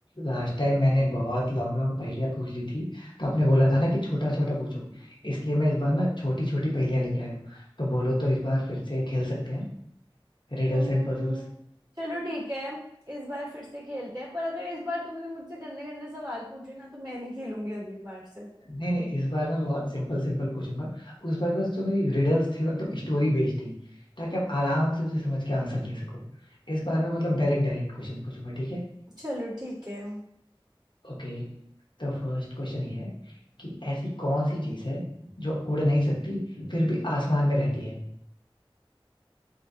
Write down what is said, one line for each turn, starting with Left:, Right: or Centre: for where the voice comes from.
Left: Last time मैंने बहुत long long पहेलियां पूछ ली थी तो आपने बोला था ना कि छोटा छोटा पूछो इसलिए मैं इस बार ना छोटी छोटी पहेलियां लेके आया हूँ तो बोलो तो इस बार फिर से खेल सकते हैं रिडल्स
Right: हम्म
Left: एंड पजल्स
Right: चलो ठीक है इस बार फिर से खेलते हैं पर अगर इस बार तुमने मुझसे गंदे गंदे सवाल पूछे ना तो मैं नहीं खेलूंगी अगली बार से
Left: नहीं नहीं इस बार मैं बहुत सिंपल सिंपल पूछूंगा उस बार बस जो मेरी रिडल्स थी वो एकदम स्टोरी बेस्ड थी ताकि आप आराम से उसे समझ के आंसर दे सको इस बार मैं मतलब डायरेक्ट डायरेक्ट क्वेश्चन पूछूंगा ठीक है
Right: चलो ठीक है
Left: ओके तो फर्स्ट क्वेश्चन ये है कि ऐसी कौन सी चीज है जो उड़ नहीं सकती फिर भी आसमान में रहती है